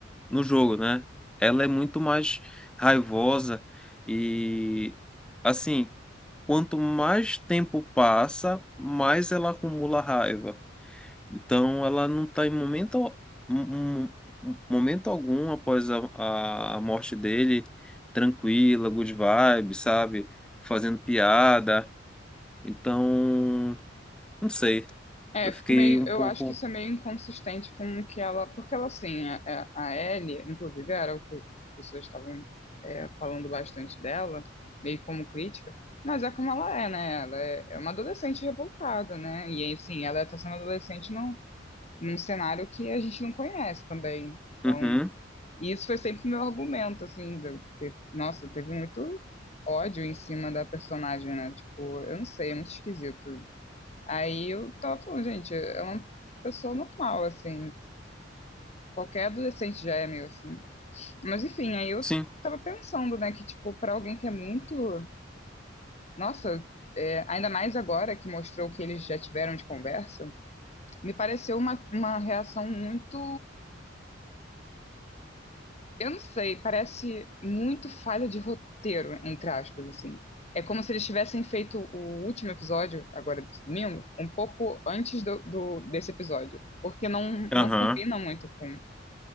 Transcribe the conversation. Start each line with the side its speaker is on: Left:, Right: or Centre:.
Centre: No jogo, né? Ela é muito mais raivosa. E, assim, quanto mais tempo passa, mais ela acumula raiva. Então, ela não está em momento, um- um- um, momento algum após a, a a morte dele, tranquila, good vibe, sabe? Fazendo piada. Então, não sei.
Left: É,
Centre: Eu
Left: fico
Centre: fiquei
Left: meio,
Centre: um
Left: eu
Centre: pouco.
Left: acho que isso é meio inconsistente com o que ela, porque ela assim, a, a a Ellie, inclusive era o que as pessoas estavam é, falando bastante dela, meio como crítica, mas é como ela é, né? Ela é, é uma adolescente revoltada, né? E assim, ela está sendo adolescente num, num cenário que a gente não conhece também. Então,
Centre: Uhum,
Left: E isso foi sempre meu argumento, assim, do, que, nossa, teve muito ódio em cima da personagem, né? Tipo, eu não sei, é muito esquisito. Aí eu tava falando, gente, é uma pessoa normal, assim, qualquer adolescente já é meio assim. Mas enfim, aí eu
Centre: sim.
Left: tava pensando, né, que, tipo, pra alguém que é muito. Nossa, é, ainda mais agora que mostrou o que eles já tiveram de conversa, me pareceu uma, uma reação muito Eu não sei, parece muito falha de roteiro, entre aspas, assim. É como se eles tivessem feito o último episódio, agora do domingo, um pouco antes do, do- desse episódio. Porque não, não
Centre: Aham,
Left: combina muito com,